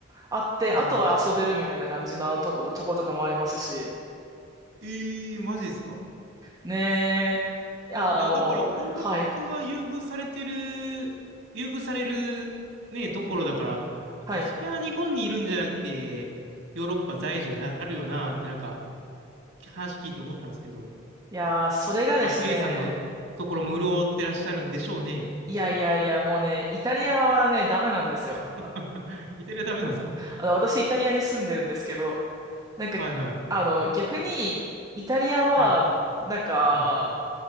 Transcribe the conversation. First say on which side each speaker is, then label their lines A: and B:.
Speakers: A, on the right; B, on the right.
A: あって、
B: ほんほん。
A: あとは遊べるみたいな感じなとこ、とことかもありますし。
B: ええー、マジですか
A: ねえ。いや、
B: いや、
A: あの、
B: だから音楽家が優遇されてる、
A: はい、
B: 優遇されるね、ところだから、
A: はい。
B: あ、それは日本にいるんじゃなくて、ヨーロッパ在住になるよなってなんか話聞いて思ったんですけど、
A: いやー、それがですね、
B: ぱゆえさんのところも潤ってらっしゃるんでしょうね。
A: いやいやいや、もうね、イタリアはね、ダメなんですよ。
B: <laughs> イタリアダメなんですか
A: あの、私、イタリアに住んでるんですけど、なんか、
B: はいはい。
A: あの、逆に、イタリアは、
B: はい。
A: なんか、
B: はい。